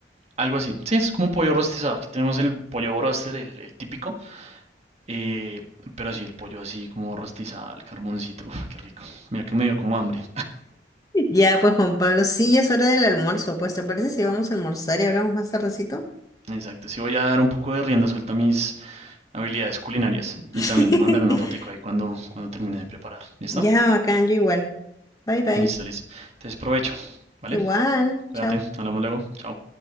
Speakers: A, on the right; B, on the left.
A: Algo así. Sí, es como pollo rostizado. Aquí tenemos el pollo broster, el, el típico. Eh, pero sí, el pollo así como rostizado al carboncito. Uf, qué rico. Mira que me dio como hambre.
B: Ya, pues Juan Pablo, sí, ya es hora del almuerzo. Pues, ¿te parece si vamos a almorzar y hablamos más tardecito?
A: Exacto. Sí voy a dar un poco de rienda suelta a mis habilidades culinarias. Y
B: <laughs>
A: también te mandaré una fotico ahí cuando, cuando termine de preparar. ¿Listo?
B: Ya, bacán, yo igual. Bye, bye.
A: Listo, listo. Entonces provecho. ¿Vale?
B: Igual,
A: Cuídate.
B: chao.
A: Hablamos luego. Chao.